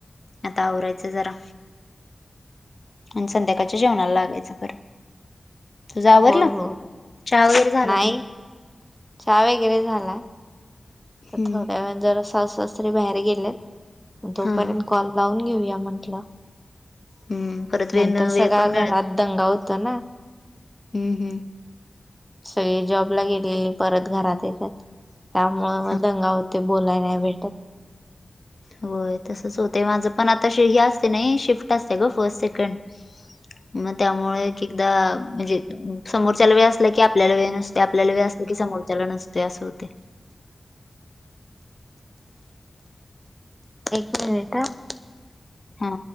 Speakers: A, on the left (about 45°); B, in the centre.
A: आता आवरायचं जरा.
B: <inaudible>
A: आणि संध्याकाळच्या जेवणाला लागायचं परर. तू आवरला
B: होय होय
A: चहा वगैरे झाला
B: नाही
A: का.
B: चहा वगैरे झालाय तर
A: हम्म
B: थोड्या वेळ जरा बाहेर गेलेत तोपर्यंत
A: हा हा
B: कॉल लावून घेऊया म्हटलं
A: हम्म परत वेळ
B: नंतर सगळ्या
A: वेळ पण
B: घरात दंगा होत ना
A: हम् हम
B: सगळी जॉबला गेलेली नाही परत घरात येतात त्यामुळे मग
A: हा.
B: दंगा होते बोलाय नाही भेटत
A: होय तसंच होत माझं पण आता हे असते नाही शिफ्ट असते ग फर्स्ट सेकंड मग त्यामुळे एक एकदा म्हणजे समोरच्याला वेळ असला की आपल्याला वेळ नसते आपल्याला वेळ असला की समोरच्याला नसते असं होते
B: एक मिनिट ह
A: हा